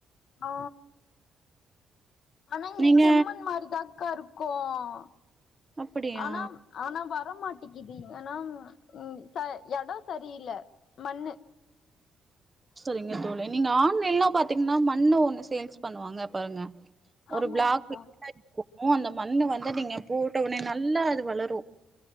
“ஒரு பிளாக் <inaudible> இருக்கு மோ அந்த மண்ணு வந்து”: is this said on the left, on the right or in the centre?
Right